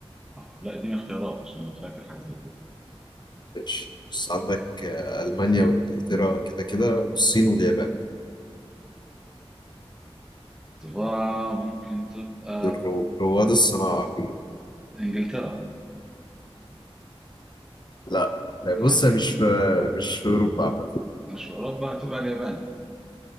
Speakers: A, in the centre; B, on the left.
A: آه، لا اديني اختيارات عشان انا فاكر حاجة زي كده
B: ماشي بص عندك آه، ألمانيا وإنجلترا كده كده والصين واليابان
A: الطباعة ممكن تبقى
B: دول رو- رواد الصناعة كلهم
A: انجلترا
B: لا
A: يعني
B: بص مش في مش في أوروبا عامة
A: مش في اوروبا هتبقى اليابان